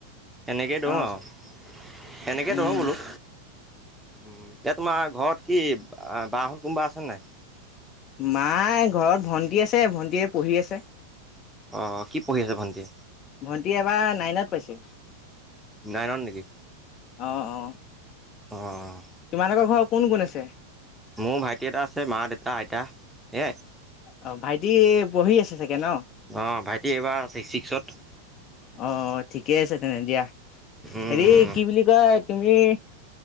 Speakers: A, in the centre; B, on the left.
A: সেনেকেই দৌৰো
B: অ
A: আও সেনেকেই
B: উম
A: দৌৰো বোলো। উম' এতিয়া তোমাৰ ঘৰত কি বা হত কোনোবা আছে নে নাই?
B: মায়ে ঘৰত ভণ্টি আছে ভণ্টিয়ে পঢ়ি আছে।
A: অঁ কি পঢ়ি আছে ভণ্টিয়ে?
B: ভণ্টি এবাৰ নাইনত পাইছে।
A: নাইনত নেকি?
B: অ অ
A: অ অ'
B: তোমালোকৰ ঘৰত কোন কোন আছে?
A: মোৰ ভাইটি এটা আছে মা দেউতা আইতা এয়াই।
B: অ' ভাইটি পঢ়ি আছে চাগে ন।
A: অঁ' ভাইটি এইবাৰ ছিক্স ছিক্সত।
B: অঁ' ঠিকে আছে তেনে দিয়া
A: উম,
B: হেৰি কি বুলি কয় তুমি-